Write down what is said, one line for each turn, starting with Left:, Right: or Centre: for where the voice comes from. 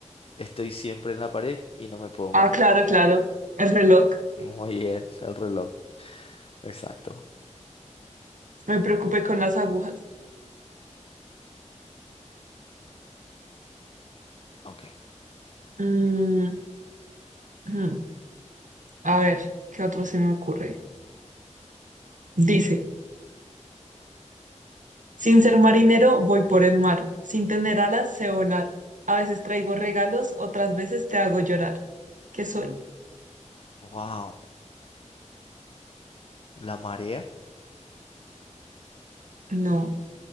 Left: Estoy siempre en la pared y no me puedo marchar.
Right: ah, claro, claro, el reloj.
Left: Muy bien, el reloj. Exacto.
Right: Me preocupé con las agujas.
Left: Ok.
Right: Mm, mm. A ver, ¿qué otro se me ocurre? Dice, sin ser marinero voy por el mar, sin tener alas sé volar. A veces traigo regalos, otras veces te hago llorar. ¿Qué soy?
Left: Wow. La marea.
Right: No.